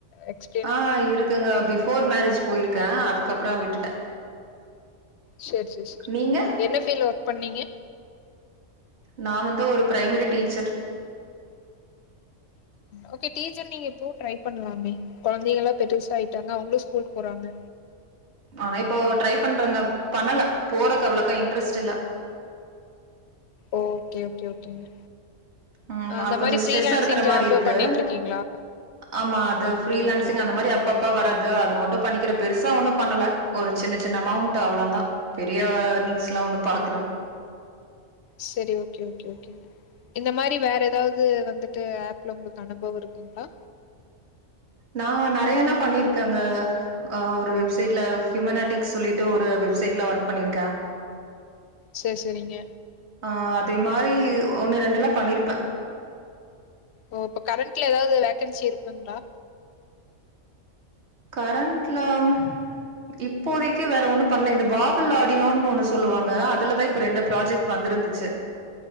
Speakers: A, on the left (about 65°); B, on the right (about 60°).
A: எக்ஸ்
B: ஆ இருக்குங்க பிஃபோர் மேரேஜ் போயிருக்கே அதுக்கப்புறோ விட்டுட்டே
A: சேர் சேர் செரிங்க
B: நீங்க
A: என்ன ஃபீல்ல ஒர்க் பண்ணீங்க
B: நா வந்து ஒரு ப்ரைமரி டீச்சர்
A: ஓகே டீச்சர் நீங்க எப்பவும் ட்ரை பண்ணலாமே கொழதைங்கல பெருசாயிட்டாங்க அவுங்களு ஸ்கூல்க் போறாங்க
B: ஆனா இப்போ ட்ரை பண்றங்க பண்ணல போறக்கு அவ்ளக்கா இன்டரஸ்ட் இல்ல
A: ஓகே ஓகே ஓகேங்க
B: ஆமா
A: அந்த
B: அது
A: மாரி
B: கொஞ்ச
A: ஃப்ரீலான்சிங்
B: ஸ்ட்ரெஸ்ஸா இருக்கற
A: ஜாப்
B: மாரி இருக்கு
A: பண்ணிட்டு இருக்கீங்களா
B: ஆமா அது
A: ஓகே
B: ஃரீலான்சிங்
A: ஓகே ஓகே
B: அந்த மாரி அப்பப் அப்ப வராது அது மட்டு பண்ணிக்கிறே பெருசா ஒன்னு பண்ணல ஒரு சின்ன சின்ன அமௌண்ட் அவ்ள தா பெரிய யர்னிங்ஸ்ல்லா ஒண்ணு பாக்கல
A: செரி ஓகே ஓகே ஓகே இந்த மாரி வேற எதாவ்து வந்துட்டு ஏப்ல உங்களுக்கு அனுபவோ இருக்குங்ளா
B: நா நறையன்னோ பண்ணிருக்கங்க ஆ ஒரு வெப்சைட்ல ஹியூமனாட்டிக்ஸ் சொல்லிட்டு ஒரு வெப்சைட்ல ஒர்க் பண்ணியிருக்கே
A: செரி சேரிங்க
B: ஆ அதே மாரி ஒன்னு ரெண்டுல்லா பண்ணிருப்பே
A: ஓ இப்ப கரண்ட்ல எதாவ்து வேக்கன்சி இருக்குங்ளா
B: கரண்ட்லாம் இப்போதைக்கு வேற ஒன்னு பண்ணல இந்த பாபல் ஆடியோனு ஒன்னு சொல்லுவாங்க அதுலதா இப்ப ரெண்டு ப்ராஜெக்ட் வந்திருந்துச்சு